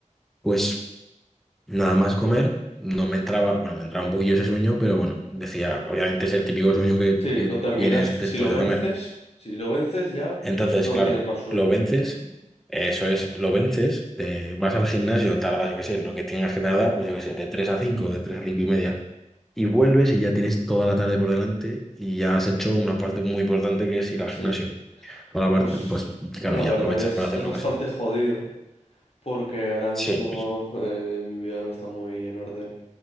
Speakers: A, in the centre; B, on the left.
A: pues nada más comer, no me entraba, bueno, me entraba un poquillo ese sueño, pero bueno, decía, obviamente es el típico sueño que,
B: Sí,
A: que
B: lo terminas,
A: tienes después
B: si lo vences,
A: de comer.
B: si lo vences ya
A: Entonces,
B: no
A: claro,
B: tienes más sueño.
A: lo vences, eso es, lo vences, te vas al gimnasio, tardas, yo qué sé, lo que tengas que tardar, pues yo qué sé, de tres a cinco de 3 a 5 y media. Y vuelves y ya tienes toda la tarde por delante y ya has hecho una parte muy importante que es ir al
B: Sí,
A: gimnasio. Toda la parte,
B: pues
A: pues claro,
B: la
A: ya
B: verdad
A: aprovechas
B: que es,
A: para hacer
B: es
A: lo
B: bastante
A: que sea.
B: jodido porque ahora
A: Sí,
B: mismo eh, mi vida no está muy en orden